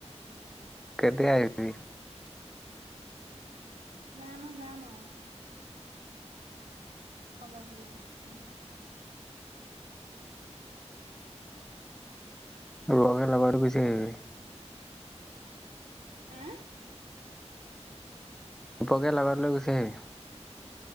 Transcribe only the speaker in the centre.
কেতিয়া আহিবি?
ৰ‌য়ে লগতে গোছি আহিবি
দুপকে লগত লৈ গুছে হেৰি।